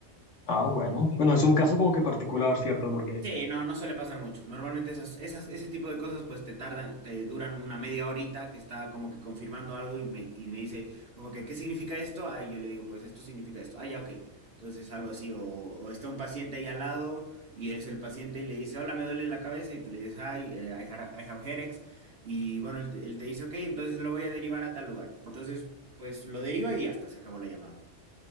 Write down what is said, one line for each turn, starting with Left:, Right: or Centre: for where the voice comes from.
Left: Ah, bueno. Bueno, es un caso como que particular, ¿cierto? Porque,
Right: Sí, no, no suele pasar mucho. Normalmente esas, esas, ese tipo de cosas pues te tardan, te duran una media horita que está como que confirmando algo y me, y me dice como que, ¿qué significa esto? Ah, y yo le digo, pues esto significa esto. Ah, ya, ok. Entonces algo así, o, o está un paciente ahí al lado y es el paciente y le dice, hola, me duele la cabeza y tú le dices, ay, eh, I, ha- I have headaches. Y bueno, él, te- él te dice, ok, entonces lo voy a derivar a tal lugar. Entonces, pues lo deriva y hasta se acabó la llamada.